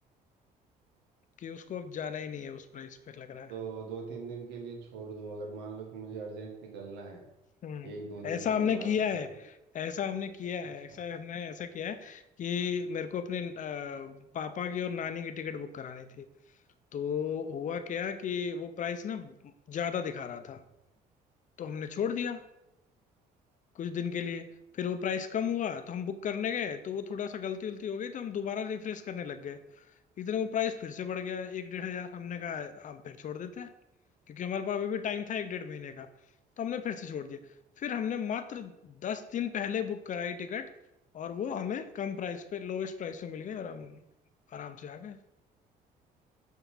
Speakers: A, on the left; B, on the right.
A: कि उसको अब जाना ही नहीं है उस प्राइस पे लग रहा है
B: तो दो तीन दिन के लिए छोड़ दूं अगर मान लो कि मुझे अर्जेंट निकलना है
A: हम्म
B: एक दो
A: ऐसा
B: दिन की
A: हमने
B: बात
A: किया
B: है तो,
A: है
B: तो
A: ऐसा हमने किया
B: अच्छा
A: है ऐसा हमने ऐसा किया है कि मेरे को अपने अ, पापा की और नानी की टिकट बुक करानी थी तो हुआ क्या कि वो प्राइस ना ज्यादा दिखा रहा था तो हमने छोड़ दिया कुछ दिन के लिए फिर वो प्राइस कम हुआ तो हम बुक करने गए तो वो थोड़ा सा गलती उलती हो गई तो हम दोबारा रिफ्रेश करने लग गए इतने वो प्राइस फिर से बढ़ गया एक डेढ़ हजार हमने कहा हम फिर छोड़ देते हैं क्योंकि हमारे पास अभी भी टाइम था एक डेढ़ महीने का तो हमने फिर से छोड़ दिया फिर हमने मात्र दस दिन पहले बुक कराई टिकट और वो हमें कम प्राइस पे लोवेस्ट प्राइस पे मिल गई और हम आराम से आ गए